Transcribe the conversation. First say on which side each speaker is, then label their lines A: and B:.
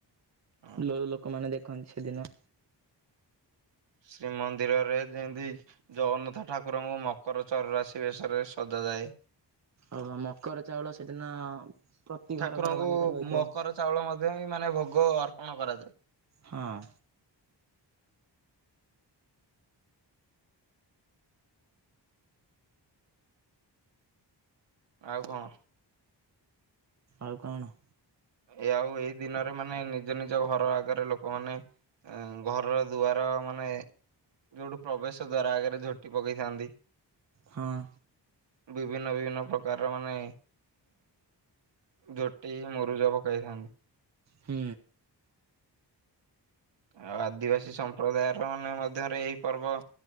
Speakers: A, on the right (about 75°); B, on the right (about 40°).
A: ହଁ
B: ଲୋ ଲୋକମାନେ ଦେଖନ୍ତି ସେଦିନ।
A: ଶ୍ରୀମନ୍ଦିରରେ ଯେମତି ଜଗନ୍ନାଥ ଠାକୁରଙ୍କୁ ମକର ଚରରାଶି ବେଶରେ ସଜାଯାଏ।
B: ଓଉ ମକର ଚାଉଳ ସେଦିନ ପ୍ରତି
A: ଠାକୁରଙ୍କୁ
B: ଘର ଘର ମାନି କରେ ହୋଇଥାଏ।
A: ମକର ଚାଉଳ ମଧ୍ୟ ବିଁ ମାନେ ଭୋଗ ଅର୍ପଣ କରାଯାଏ।
B: ହଁ।
A: ଆଉ କଣ?
B: ଆଉ କଣ?
A: ଏ ଆଉ ଏଇ ଦିନରେ ମାନେ ନିଜ ନିଜ ଘର ଆଗରେ ଲୋକମାନେ ଘରର ଦୁଆର ମାନେ ଯୋଉଠୁ ପ୍ରବେଶ ଦ୍ଵାରା ଆଗରେ ଝୋଟି ପକେଇଥାନ୍ତି।
B: ହଁ।
A: ବିଭିନ୍ନ ବିଭିନ୍ନ ପ୍ରକାରର ମାନେ ଝୋଟି ମୁ ରୂଜା ପକାଇଥାନ୍ତି।
B: ହୁଁ।
A: ଆଉ ଆଦିବାସୀ ସମ୍ପ୍ରଦାୟର ମାନେ ମଧ୍ୟରେ ଏଇ ପର୍ବ